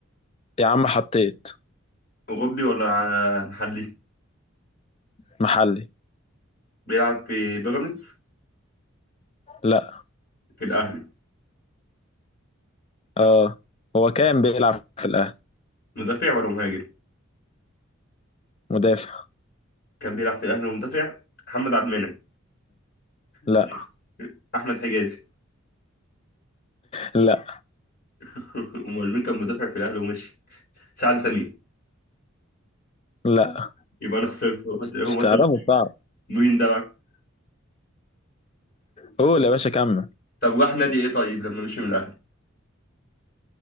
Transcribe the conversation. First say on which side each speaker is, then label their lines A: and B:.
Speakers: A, on the left; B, on the left.
A: يا عم حطيت
B: اوروبي ولا ع- محلي
A: محلي
B: بيلعب في بيراميدز
A: لا
B: في الاهلي
A: آه هو كان بيلعب في الأهلي
B: مدافع ولا مهاجم
A: مدافع
B: كان بيلعب في الاهلي ومدافع محمد عبد المنعم
A: لا
B: صح احمد حجازي
A: لا
B: <laughs> امال مين كان مدافع في الاهلي ومشي سعد سمير
A: لا
B: يبقى انا خسرت هو هو
A: مش تعرفه صعب
B: مين ده بقى
A: قول يا باشا كمل
B: طب راح نادي ايه طيب لما مشي من الاهلي